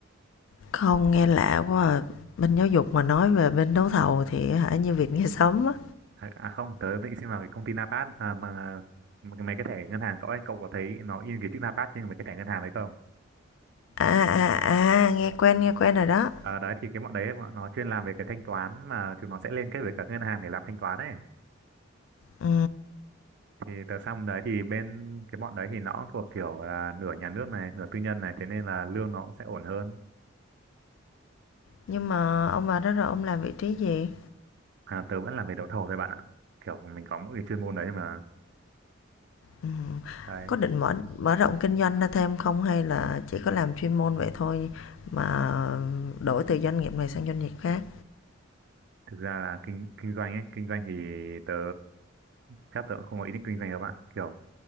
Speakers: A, on the left (about 65°); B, on the right (about 60°).
A: Không nghe lạ quá à. Bên giáo dục mà nói về bên đấu thầu thì hả như việc nghe sớm á.
B: à à không tớ định xin vào cái công ty Napas à, mà mà mấy cái thẻ ngân hàng cậu ấy cậu có thấy nó in cái chữ Napas trên mấy cái thẻ ngân hàng đấy không
A: À à à nghe quen nghe quen rồi đó.
B: Ờ đấy thì cái bọn đấy bọn nó chuyên làm về cái thanh toán mà chúng nó sẽ liên kết với cả ngân hàng để làm thanh toán ấy
A: Ừ.
B: thì tờ xong đấy thì bên cái bọn đấy thì nó cũng thuộc kiểu là nửa nhà nước này nửa tư nhân này thế nên là lương nó cũng sẽ ổn hơn
A: Nhưng mà ông vào đó rồi ông làm vị trí gì?
B: à, tớ vẫn làm về đấu thầu thôi bạn ạ kiểu mình có mỗi cái chuyên môn đấy mà
A: Ừm,
B: đấy
A: Có định mở mở rộng kinh doanh ra thêm không hay là chỉ có làm chuyên môn vậy thôi mà đổi từ doanh nghiệp này sang doanh nghiệp khác?
B: thực ra là kinh kinh doanh ấy kinh doanh thì tớ chắc tớ cũng không có ý định kinh doanh đâu bạn kiểu